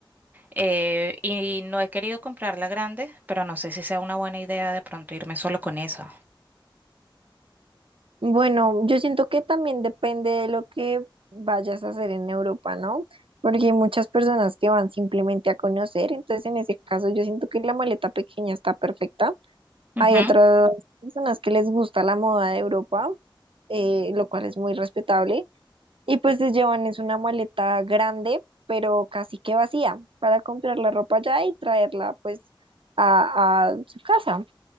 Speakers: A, on the right (about 20°); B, on the right (about 85°).
A: Eh, y no he querido comprar la grande, pero no sé si sea una buena idea de pronto irme solo con esa.
B: Bueno, yo siento que también depende de lo que vayas a hacer en Europa, ¿no? Porque hay muchas personas que van simplemente a conocer, entonces en ese caso yo siento que la maleta pequeña está perfecta.
A: Ujú.
B: Hay otras personas que les gusta la moda de Europa, eh, lo cual es muy respetable. Y pues les llevan es una maleta grande, pero casi que vacía, para comprar la ropa allá y traerla pues a, a su casa.